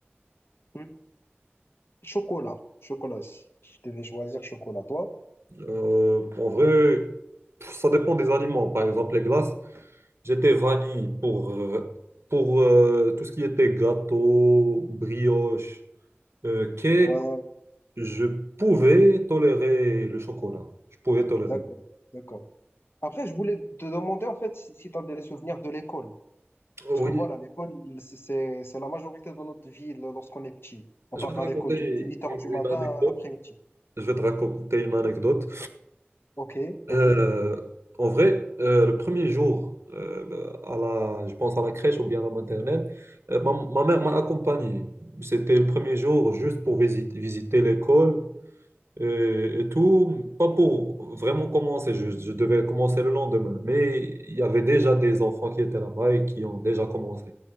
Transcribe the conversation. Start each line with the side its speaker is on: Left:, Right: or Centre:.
Left: Hmm. Chocolat. Chocolat. Si si je devais choisir chocolat, toi?
Right: Euh, en vrai, pff, ça dépend des aliments. Par exemple, les glaces. J'étais vanille pour, euh, pour euh, tout ce qui était gâteau, brioche, euh, cake.
Left: Ouais,
Right: Je pouvais tolérer le chocolat. Je pouvais tolérer.
Left: d'accord, d'accord. Après, je voulais te demander, en fait, si, tu as des souvenirs de l'école.
Right: Oui,
Left: Parce que voilà, l'école, c'est c'est- c'est la majorité de notre vie lorsqu'on est petit. On
Right: je
Left: part
Right: vais te raconter
Left: à l'école du- de, huit heures du
Right: une
Left: matin
Right: anecdote.
Left: à l'après-midi.
Right: Je vais te raconter une anecdote.
Left: Ok, ok.
Right: Euh, en vrai, euh, le premier jour, euh, à la, je pense à la crèche ou bien à la maternelle, euh, ma, ma mère
Left: ok.
Right: m'a accompagné. C'était le premier jour juste pour visite- visiter l'école. euh, et tout, pas pour vraiment commencer, je, je devais commencer le lendemain, mais il y avait
Left: Ok,
Right: déjà des enfants qui étaient là-bas et qui ont déjà commencé.